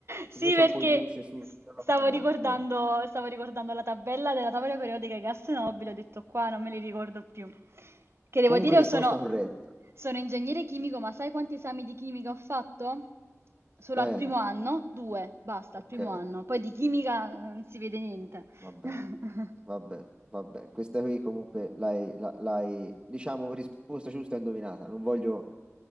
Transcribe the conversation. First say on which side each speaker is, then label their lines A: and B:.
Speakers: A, on the right; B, on the right.
A: ti
B: Sì,
A: sei messa
B: perché
A: un po' in luce su-
B: s-
A: sulla laguna.
B: stavo ricordando,
A: eh.
B: stavo ricordando la tabella della tavola periodica di gas nobili, ho detto qua non me li ricordo più. Che devo
A: Comunque
B: dire, io
A: risposta
B: sono,
A: corretta.
B: sono ingegnere chimico, ma sai quanti esami di chimica ho fatto? Solo
A: Eh,
B: al primo anno? Due, basta,
A: ok.
B: al primo anno. Poi di chimica eh, non si vede niente.
A: Mm, Vabbè,
B: <laughs>
A: vabbè, vabbè. Questa qui comunque l'hai, la- l'hai, diciamo, risposta giusta e indovinata. Non voglio,